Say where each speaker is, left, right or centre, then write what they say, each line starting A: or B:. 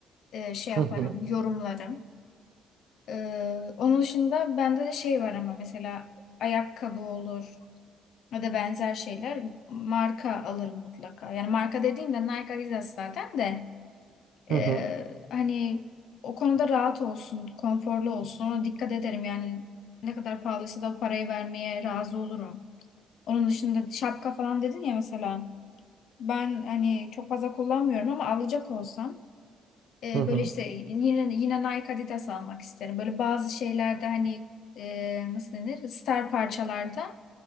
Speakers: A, on the left (about 75°); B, on the right (about 85°).
A: e, şey yaparım,
B: Hı hı,
A: yorumlarım. Ee, onun dışında bende de şey var ama mesela ayakkabı olur ya da benzer şeyler marka alırım mutlaka. Yani marka dediğimde Nike Adidas zaten de
B: hı
A: ee,
B: hı,
A: hani o konuda rahat olsun, konforlu olsun ona dikkat ederim. Yani ne kadar pahalıysa da o parayı vermeye razı olurum. Onun dışında şapka falan dedin ya mesela ben hani çok fazla kullanmıyorum ama alacak olsam e,
B: hı hı,
A: böyle işte yine yine Nike Adidas almak isterim. Böyle bazı şeylerde hani e, nasıl denir? Star parçalarda